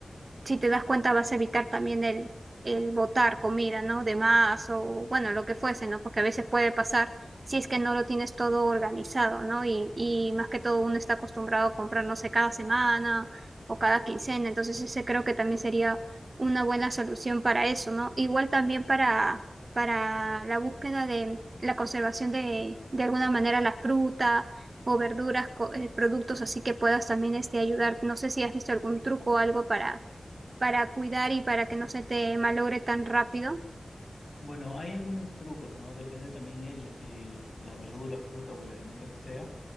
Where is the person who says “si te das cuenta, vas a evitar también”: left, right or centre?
Right